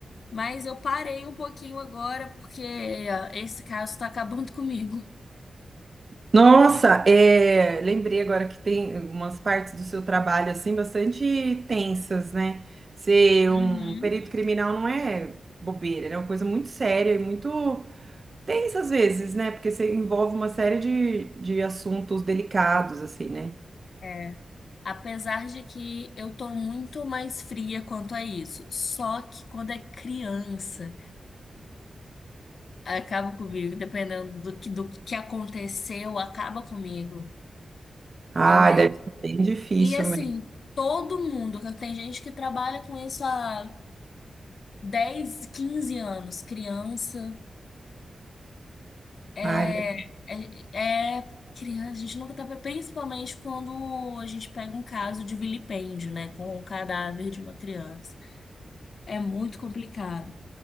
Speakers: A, on the left; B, on the right.
A: mas eu parei um pouquinho agora porque ó, esse caso tá acabando <laughs> comigo.
B: Nossa, é, lembrei agora que tem umas partes do seu trabalho assim bastante tensas, né? Ser
A: Uhum.
B: um perito criminal não é bobeira, né? é uma coisa muito séria e muito Tem às vezes, né? Porque você envolve uma série de, de assuntos delicados, assim, né?
A: É. Apesar de que eu tô muito mais fria quanto a isso, só que quando é criança. Acaba comigo, dependendo do que, do que aconteceu, acaba comigo.
B: Ah,
A: Eu,
B: deve ser bem difícil
A: e assim,
B: mesmo.
A: todo mundo, que tem gente que trabalha com isso há 10 15 anos, criança, é,
B: Ai, deve-
A: é, é criança, a gente nunca tá, principalmente quando a gente pega um caso de vilipêndio, né, com o cadáver de uma criança. É muito complicado.